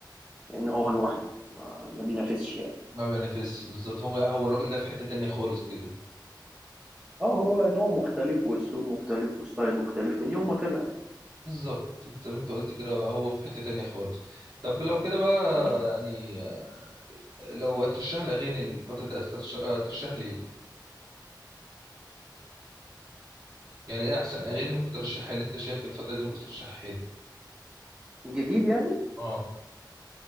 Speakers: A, on the right (about 15°); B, on the right (about 55°).
A: لأن هو لوحده ما ما بينافسش يعني.
B: ما بينافسش بالظبط هو هو الراجل ده في حتة تانية خالص كده
A: اه هو نوع مختلف واسلوب مختلف وستايل مختلف من يوم ما طلع يعني
B: بالظبط انت زي ما انت قلت كده هو في حتة تانية خالص طب لو كده بقى
A: مم.
B: يعني لو هترشح لي اغاني الفترة دي هترشح لي إيه؟ يعني ايه احسن اغاني ممكن ترشحها لي انت شايف الفتره دي ممكن ترشحها لي
A: جديد يعني
B: اه